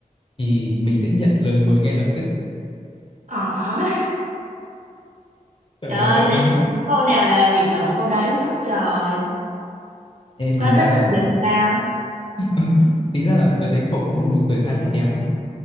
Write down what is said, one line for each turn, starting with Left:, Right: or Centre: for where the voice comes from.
Left: thì mình sẽ nhận lời mời ngay lập tức.
Right: ờ <laughs>
Left: Trời
Right: trời ơi
Left: ơi.
Right: nãy giờ nói câu nào là bị đổ câu đấy luôn á trời
Left: Ê,
Right: quá
Left: tính ra
Right: thích
Left: là
Right: rồi giờ sao
Left: <laughs> tính ra là tôi thấy cậu có một nụ cười khá là đẹp á.